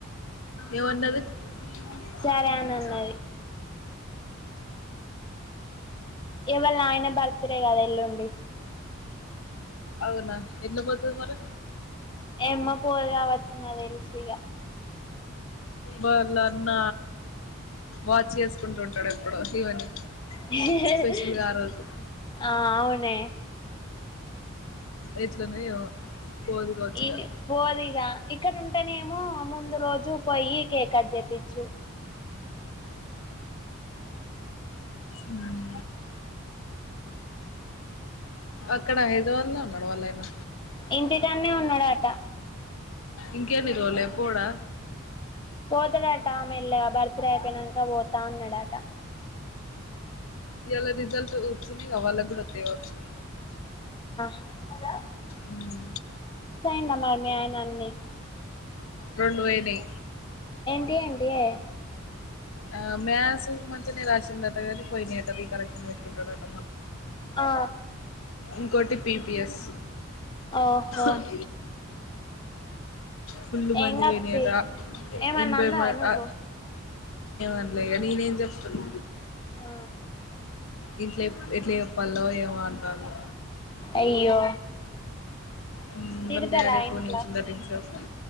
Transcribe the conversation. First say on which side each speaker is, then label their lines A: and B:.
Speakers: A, on the left; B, on the left.
A: ఏమన్నది అ
B: సరే అని అన్నది ఎ వాళ్ళ ఆయన బర్త్డే కాదే ఎల్లుండి
A: అవునా ఎట్ల పోతది మరి
B: ఎమ్మో పోదు కావచ్చు నాకు తెలిసి ఇగ
A: వాళ్ళన్న వాచ్ చేసుకుంటు ఉంటడు ఎప్పుడు ఈమెని
B: మ్
A: స్పెషల్గ ఆ రోజు
B: ఆ అవునే
A: ఎట్లునో ఏమో పోదు కావచ్చు
B: ఈడ్నే
A: ఇగ
B: పోదిగా ఇక్కడుంటేనేమో ముందు రోజు పోయి కేక్ కట్ చెపిచ్చు
A: ఉమ్ అక్కడ హైదరాబాద్లనే ఉన్నాడా వాళ్ళాయనా
B: ఇంటికాన్నే ఉన్నాడట
A: ఇంకేన్ని రోజులే పోడా
B: పోతడట మెల్లగ బర్త్డే అయిపోయినాక పోతా అన్నడట
A: ఇయ్యాల రిజల్ట్ వచ్చినయి గా వాళ్ళకి కూడా ఒత్తయి కావచ్చు
B: హలో
A: ఉమ్
B: <unintelligible> మీ ఆయన అన్ని
A: రెండు పోయినయి
B: ఇంకెంటియే
A: ఆ మ్యాథ్స్ మంచిగనే రాశందట గని పోయినయట రీకరెక్షన్ పెట్టుకుంటడట
B: ఆ
A: ఇంకోటి పి ఎస్
B: ఓహో
A: ఆమ్ ఫుల్ు మందియి
B: ఏం కాదు
A: పోయినయట
B: తీ ఏమన్నా
A: ఎనబై
B: అన్నావా
A: మంది
B: నువ్వు
A: ఆ అనలేగా నేనేం చెప్పను
B: ఆ
A: ఇంట్లే ఎట్ల చెప్పాలో ఏమో అంటాన్లు
B: అయ్యో
A: ఉమ్
B: తిడతారా
A: వాళ్ళ డాడే ఫోన్
B: ఇంట్లో
A: చేసిందట ఇంతసేపు